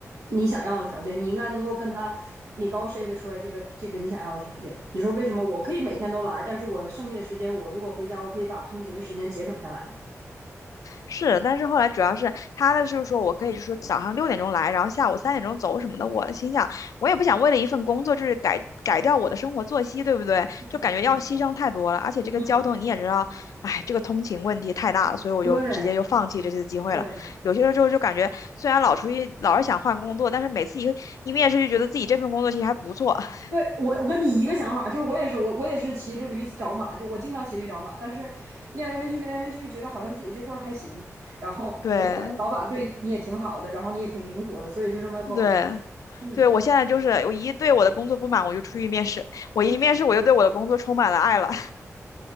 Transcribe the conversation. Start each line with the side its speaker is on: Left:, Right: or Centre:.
Right: 你想要的条件，你应该能够跟他你高 s h t 出来这个这个你想要的条件。你说为什么我可以每天都来，但是我剩下的时间，我如果回家，我可以把通勤的时间节省下来嘛？
Left: 是，但是后来主要是他的就是说我可以就说早上六点钟来，然后下午三点钟走什么的。我心想，我也不想为了一份工作就是改改掉我的生活作息，对不对？
Right: 嗯嗯
Left: 就感觉要牺牲太多了，而且这个交通你也知道，
Right: 嗯，
Left: 哎，这个通勤问题太大了，所以我就直接就放弃这次机会了。
Right: 对对，
Left: 有些时候就感觉虽然老出去老是想换工作，但是每次一一面试就觉得自己这份工作其实还不错。<laughs>
Right: 对，我我跟你一个想法，就是我也是我我也是骑着驴找马，就我经常骑驴找马，但是面来面去面来面去，觉得好像自己这份儿还行，然后感觉老板对你也挺好的，
Left: 对
Right: 然后你也挺灵活的，所以就这么苟着吧。
Left: 对
Right: 嗯，
Left: 对，我现在就是我一对我的工作不满，我就出去面试；我一面试我就对我的工作充满了爱了。